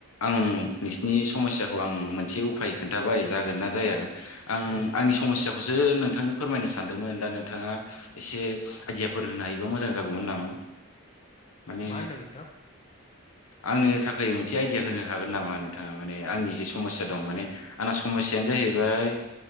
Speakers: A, on the left; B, on the left.
A: आं नोंसिनि समस्याखौ आं मोनसे उफाय खोन्थाबाय जागोन ना जाया आं
B: उम
A: आंनि समस्याखौ खौसो नोंथांनो फोरमायनो सानदोंमोन दा नोंथाङा एसे आइदियाफोर होनो हायोबा मोजां जागौमोन नामा माने
B: मां होनदों नोंथां
A: आंनो थाखाय मोनसे आइडिया होनो हागोन नामा नोंथाङा माने आंनि जे समस्या दं माने आंना समस्यायानो जाहैबाय